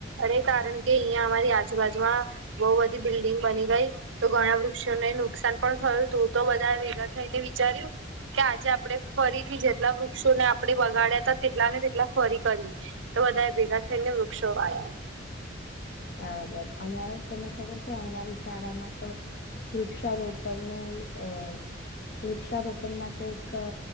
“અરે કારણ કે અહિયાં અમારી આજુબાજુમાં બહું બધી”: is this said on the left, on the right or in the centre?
Right